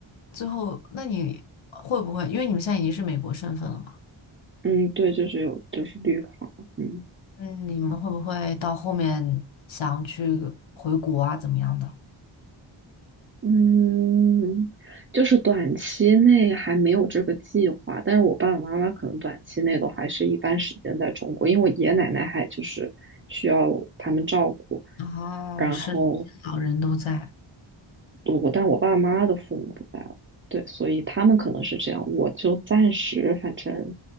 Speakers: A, on the left; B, on the right.
A: 最后，那你会不会，因为你们现在已经是美国身份了嘛？
B: 嗯，对，就是有，就是绿卡，嗯
A: 嗯，你们会不会到后面想去回国啊，怎么样的？
B: 嗯，就是短期内还没有这个计划，但是我爸爸妈妈可能短期内都还是一般时间在中国，因为我爷爷奶奶还就是需要他们照顾。
A: 哦，
B: 然后
A: 是的，这些老人都在。
B: 我但我爸妈的父母不在了，对，所以他们可能是这样，我就暂时反正